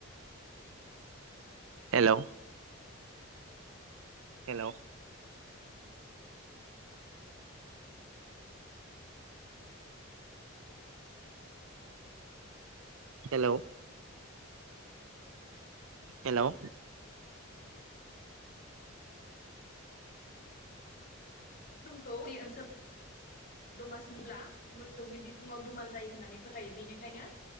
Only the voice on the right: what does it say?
हेलौ हेलौ हेलौ हेलौ